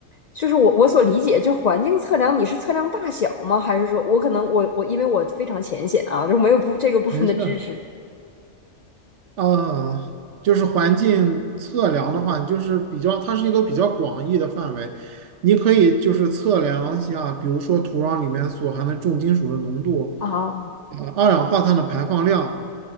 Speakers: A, on the left (about 90°); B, on the right (about 65°).
A: 就是我我所理解，就是环境测量，你是测量大小吗？还是说我可能我我因为我非常浅显啊，就没有不这个部分的知识
B: 没事儿。呃，就是环境测量的话，你就是比较，它是一个比较广义的范围，你可以就是测量一下，比如说土壤里面所含的重金属的浓度，
A: 啊
B: 呃，二氧化碳的排放量，